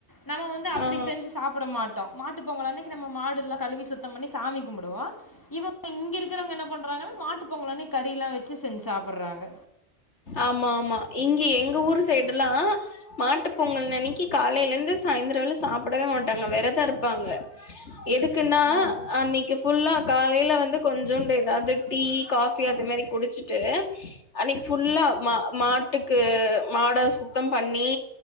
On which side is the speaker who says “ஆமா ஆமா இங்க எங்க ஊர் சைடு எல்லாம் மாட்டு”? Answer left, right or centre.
Left